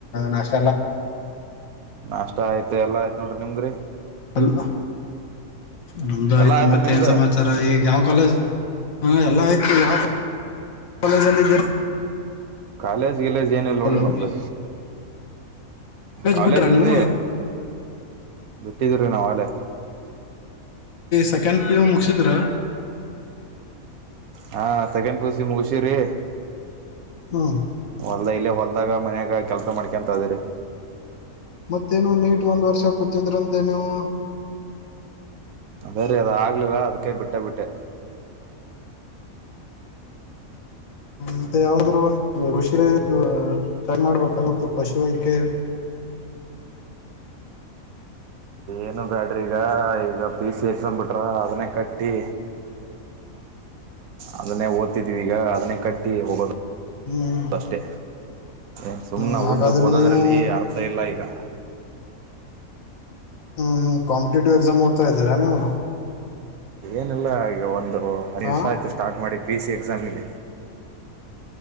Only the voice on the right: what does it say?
ನಾಷ್ಟ ಆಯ್ತು ಎಲ್ಲಾ ಆಯ್ತ ನೋಡ್ರಿ ನಿಮ್ದ್ರಿ
ಎಲ್ಲಾ ಆತ್ರಿ
ನಿಮ್ದು
ಕಾಲೇಜ್ ಗಿಲೇಜ್ ಏನಲ್ಲ ನೋಡ್ರಿ
ನಮ್ದು ಕಾಲೇಜ್
ಇಲ್ರಿ
ಬಿಟ್ ಬಿಟೀವರೀ ಆಗಲ್ಲೇ
ಹಾ ಸೆಕೆಂಡ್ ಪಿಯುಸಿ ಮುಗುಷಿ ವರೀ
ಹೊಲ್ದ ಇಲ್ಲ ಹೊಲ್ದಾಗ ಮನ್ಯಾಗ ಕೆಲ್ಸ ಮಾಡ್ಕೊಂತ ಅದವ್ರಿ
ಅದೇ ರೀ ಅದು ಆಗ್ಲಿಲ್ಲ ಅದಕ್ಕೆ ಬಿಟ್ಟೆ ಬಿಟ್ಟೆ
ಏನು ಬ್ಯಾಡ್ರಿ ಈಗ ಈಗ ಪಿ ಯು ಸಿ ಎಕ್ಸಾಮ್ ಬಿಟ್ರ ಅದನ್ನೇ ಕಟ್ಟಿ ಅದನ್ನೇ ಓದ್ತಿದ್ವಿ ಈಗ ಅದನ್ನೇ ಕಟ್ಟಿ ಹೋಗದು.
ಅಷ್ಟೇ ಏನ್ ಸುಮ್ನೆ
ಉದ್ದಗ್ ಓದೋದ್ರಲ್ಲಿ
ಅರ್ಥ ಇಲ್ಲ ಈಗಾ
ಏನಲ್ಲ ಈಗ ಒಂದ ದಿವಸ
ಆಯ್ತು ಸ್ಟಾರ್ ಮಾಡಿ ಪಿ ಸಿ ಎಕ್ಸಾಮ್ ಗೆ